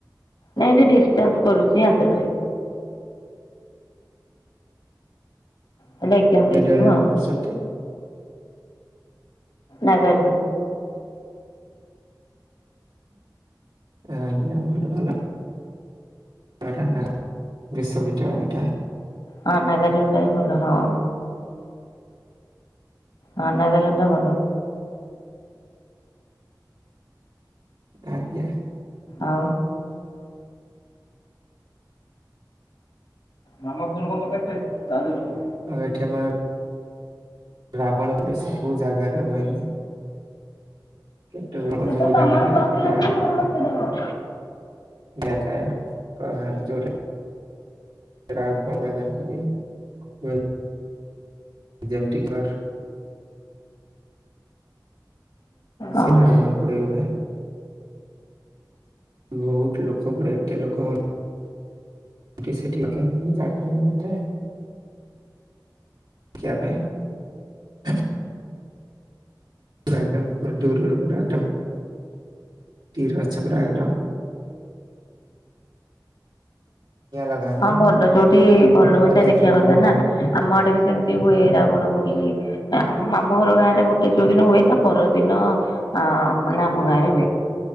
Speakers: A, on the left; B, on the right.
A: ନାଇଁ ଏଠି ଡିସାନ୍ସ୍ କରୁଚି ଆନ୍ଧ୍ରରେ। ଖାଲି ଏଗ୍ଜାମ୍ ଦେଇ
B: ବିଦ୍ୟାଳୟରେ
A: ଯିବୁ ଆଉ।
B: କରୁଛନ୍ତି
A: ନାଗାର୍ଜୁନ୍।
B: ଏଁ ଆଜ୍ଞା ମୁଁ ହେଟି ଭଲ ଆଉ ଏଟା ନା ବିଶ୍ୱବିଦ୍ୟାଳୟଟା।
A: ହଁ ନାଗାର୍ଜୁନଟା ବି ଭଲ ହଁ। ହଁ ନାଗାର୍ଜୁନଟା ଭଲ।
B: ଆଜ୍ଞା।
A: ଆଉ ମାମା ଫୋନ୍ କଣ ଦକାରଥିଲା କି
B: ଆ ଏଠି ଆମର ରାବଣ ପୋଡ଼ି ସବୁ ଜାଗାରେ ହୁଏନି। କେତେ ଗୁଡାକ
A: ଯେତ
B: ଯୋଉ
A: ତମର
B: ଜାଗାରେ
A: ବସେଇଲା
B: ପୁରା
A: ପରେ ମୋର ବସେଇଦବ।
B: ଗା ଥାଏ କହାର ଯୋଉଟା ରାବ ଜାଗାରେ ଖାଲ ହୁଏ। ଯେମ ଟିିକର୍ ସେ
A: ଓହ
B: ରାବଣ ପୋଡ଼ି ହୁଏ। ବୋହୁତ ଲୋକ ପୁରା ଏତେ ଲୋକ ହୁଅ ଗି ସେଠି ଅଖିଆ ପାଇଁ ଜାଗା ବି ନଥାଏ। ଖିଆ ପାଇଁ ପୁରା ଏକଦମ୍ ପୁରା ଦୂରରୁ ପୁରା ଏକଦମ୍ ତିର ଅଛ ପୁରା ଏକଦମ୍। ଲଗାନ୍ତି
A: ହଁ
B: ଆଉ
A: ଭଲ ଯୋଉଠି ଭଲ ହୁଏ ସେ
B: ଦେଖିବାକୁ
A: ଦେଖିବା କଥା
B: ବି ବହୁତ
A: ନାଁ ଆମ ଆଡ଼େ ବି ସେମତି ହୁଏ ରାବଣ ପୋଡ଼ି ଏ ଆମ ମାମୁଁ ଘର ଗାଁରେ ଗୋଟେ ଯୋଉ ଦିନ ହୁଏ ତା ପରଦିନ ଅ ମାନେ ଆମ ଗାଁ ଆଇଁରେ ହୁଏ।